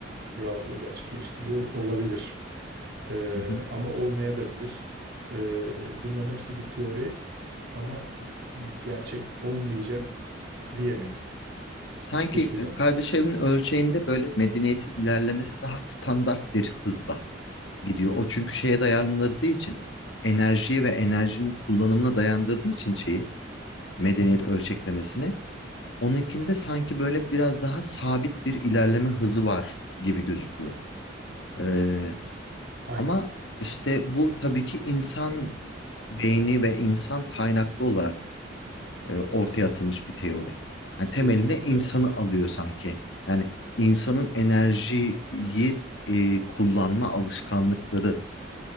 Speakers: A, on the right; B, on the left.
A: rahatlıkla gerçekleştiriyor olabilir. E,
B: Hı hı.
A: ama olmaya da bilir. E, bunların hepsi bir teori ama gerçek olmayacak diyemeyiz.
B: Sanki
A: Hiçbir
B: e,
A: zaman.
B: kardeş evinin ölçeğinde böyle medeniyetin ilerlemesi daha standart bir hızla gidiyor. O çünkü şeye dayandırdığı için enerjiye ve enerjinin kullanımına dayandırdığı için şeyi medeniyet
A: Hı hı.
B: ölçeklemesini Onunkinde sanki böyle biraz daha sabit bir ilerleme hızı var gibi gözüküyor. Ee,
A: Aynen.
B: ama işte bu tabii ki insan beyni ve insan kaynaklı olarak e, ortaya atılmış bir teori. Yani temelinde
A: Kesinlikle.
B: insanı alıyor sanki. Yani insanın enerjiyi e, kullanma alışkanlıklarından